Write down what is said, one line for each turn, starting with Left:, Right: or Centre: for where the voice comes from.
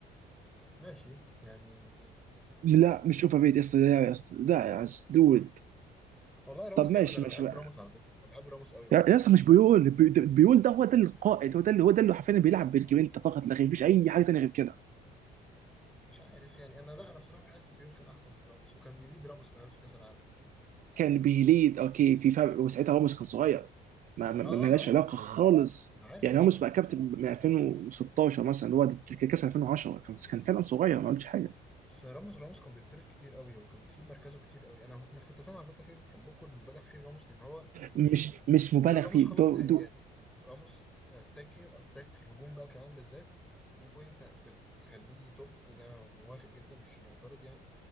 Centre: ماشي يعني
Right: لا
Centre: اوكي
Right: مش اوفر ريت يا اسطى لا يا اسطى لا يا دود
Centre: والله راموس
Right: طب ماشي
Centre: جامد انا
Right: ماشي
Centre: بحب
Right: بقى.
Centre: راموس على فكره انا بحب راموس قوي والله
Right: يا يا اسطى
Centre: بس
Right: مش بيقول بي- ده- بيقول ده هو ده القائد هو ده اللي هو ده اللي حرفيا بيلعب بالجرينتا فقط لا غير مفيش اي حاجه ثانيه غير كده
Centre: مش عارف يعني انا لا انا بصراحه بحس بيول كان احسن من راموس وكان بيليد راموس كمان في كاس العالم
Right: كان بيليد اوكي في فرق وساعتها راموس كان صغير ما ما-
Centre: اه
Right: ما لهاش
Centre: آه، انا عارف
Right: علاقه
Centre: انا عارف
Right: خالص
Centre: انا عارف
Right: يعني راموس
Centre: انا عارف
Right: بقى كابتن من 2016 مثلا اللي هو ده كاس 2010 كان كان فعلا صغير ما قلتش حاجه
Centre: بس راموس راموس كان بيطرد كتير قوي وكان بيسيب مركزه كتير قوي انا انا كنت فاهم على فكره فكره حبكم المبالغ فيه لراموس لان هو
Right: مش مش مبالغ
Centre: لا، راموس
Right: فيه
Centre: خلص
Right: دو
Centre: نهائيات
Right: دو
Centre: راموس اتاكي اتاك في الهجوم بقى كمان بالذات ودي بوينت بتخليه توب ودي انا موافق جدا مش معترض يعني